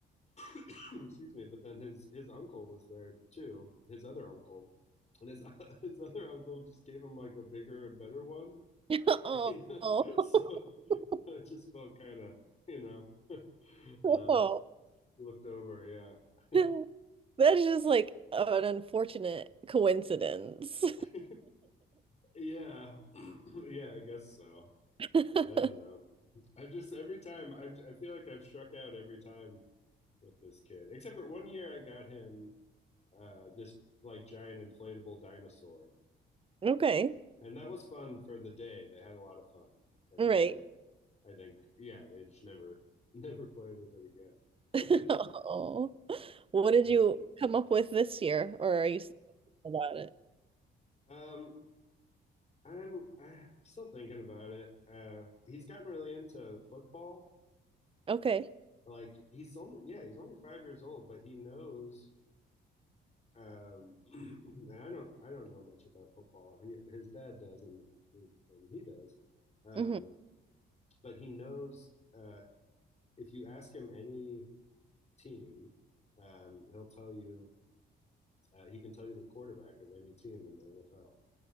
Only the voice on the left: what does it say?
<clears throat> excuse me. But then his his uncle was there too. His other uncle, and his <laughs> his other uncle just gave him like a bigger and better one.
<laughs> You know,
so
it just felt kind of you know <laughs>
uh, looked over. Yeah,
<laughs> yeah, <clears throat> yeah. I guess so.
I don't know. I've just every time I've I feel like I've struck out every time with this kid. Except for one year I got him uh this like giant inflatable dinosaur.
And that was fun for the day. They had a lot of fun. And
then I think yeah, they just never <laughs> never played with it again.
<laughs>
Oh.
Um I'm I'm still thinking about it. Uh he's gotten really into football.
Like he's only yeah, he's only five years old, but he knows um, <clears throat> and I don't I don't know much about football. He, his dad does, and and he does, um,
but he knows uh, if you ask him any team, um, he'll tell you uh, he can tell you the quarterback of any team in the NFL,